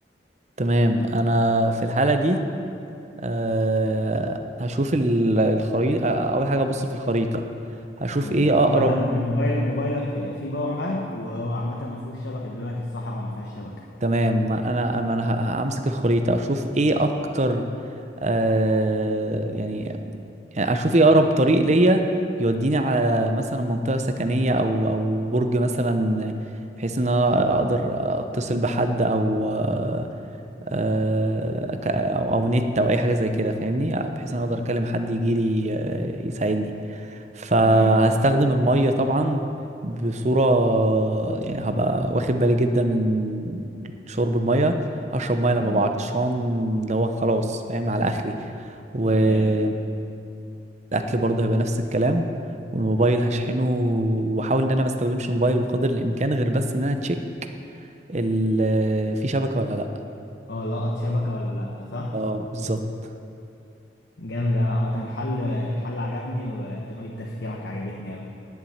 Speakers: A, on the right; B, on the left.
A: تمام انا في الحاله دي أه هشوف ال- الخريطه آه، اول حاجه ابص في الخريطه هشوف
B: امم
A: ايه
B: وعامة
A: اقرب
B: موبايل موبايلك فيه باور بانك وعامة ما فيهوش شبكة دلوقتي الصحراء ما فيهاش شبكة
A: تمام ما انا ما انا ه- همسك الخريطه اشوف ايه اكتر أه يعني يعني اشوف ايه اقرب طريق ليا يوديني على مثلا منطقه سكنيه او او برج مثلا بحيث ان انا اقدر اتصل بحد او آه، آه، ك- او أو نت او اي حاجه زي كده فاهمني بحيث انا اقدر اكلم حد يجي لي آه، يساعدني فهستخدم
B: تمام
A: الميه طبعا بصوره يعني هبقى واخد بالي جدا من شرب الميه هشرب ميه
B: تمام
A: لما أبقى عطشان اللي هو خلاص فاهم على اخري والاكل
B: حلو
A: برضه هيبقى نفس الكلام والموبايل هشحنه واحاول ان انا ما استخدمش الموبايل بقدر الامكان غير بس ان انا تشيك ال- في شبكه ولا لا
B: اه لقط شبكة ولا لأ صح؟
A: اه بالظبط
B: جامد أوي عامة الحل الحل عجبني وطريقة تفكيرك عجبتني أوي